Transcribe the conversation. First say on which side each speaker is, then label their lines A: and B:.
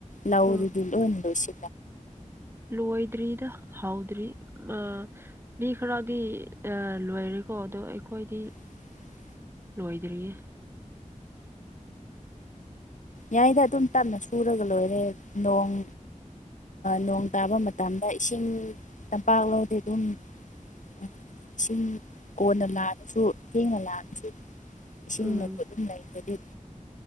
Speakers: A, on the left; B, on the right.
A: ꯂꯧꯗꯨꯗꯤ
B: ꯑ
A: ꯂꯣꯏꯅ ꯂꯣꯏꯁꯤ
B: ꯂꯣꯏꯗ꯭ꯔꯤꯗ ꯍꯥꯎꯗ꯭ꯔꯤ ꯑ ꯃꯤ ꯈꯔꯗꯤ ꯂꯣꯏꯔꯦꯀꯣ ꯑꯗꯣ ꯑꯩꯈꯣꯏꯗꯤ
A: <unintelligible>
B: ꯂꯣꯏꯣꯏꯗꯔꯤꯦ
A: ꯌꯥꯌꯥꯏꯗ ꯑꯗꯨꯝ ꯇꯞꯅ ꯁꯨꯔꯒ ꯂꯣꯏꯔꯦ ꯅꯣꯡ ꯅꯣꯡ ꯇꯥꯕ ꯃꯇꯝꯗ ꯏꯁꯤꯡ ꯇꯝꯄꯥꯛ ꯂꯧꯗꯤ ꯑꯗꯨꯝ ꯎꯝ ꯏꯁꯤꯡ ꯀꯣꯟꯅ ꯂꯥꯛꯜꯂꯁꯨ ꯊꯦꯡꯅ ꯂꯥꯛꯜꯑꯁꯨ ꯏꯁꯤꯡ
B: ꯎꯝ
A: ꯑꯗꯨꯝ ꯉꯖꯗꯤ